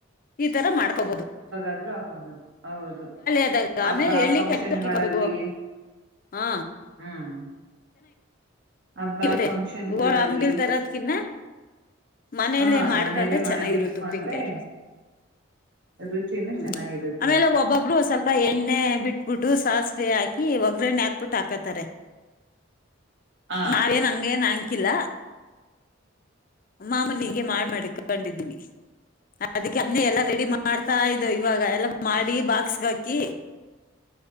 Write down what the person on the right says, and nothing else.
ಆದ್ರೂ ಹಾಕೊಂಬಹುದು, ಹೌದು
ಹಬ್ಬ
ಫಂಕ್ಷನ್ಗಳಲ್ಲಿ
ಹ್ಮ್ ಹಬ್ಬ
ಫಂಕ್ಷನ್ಗಳಲ್ಲಿ
ಹಾ
ಮನೇಲೆ
ಮಾಡಿ ಇಟ್ಕೊಂಡ್ರೆ
ರುಚಿನೂ
ಚೆನ್ನಾಗಿರುತ್ತೆ
ಅಂತ
ಹ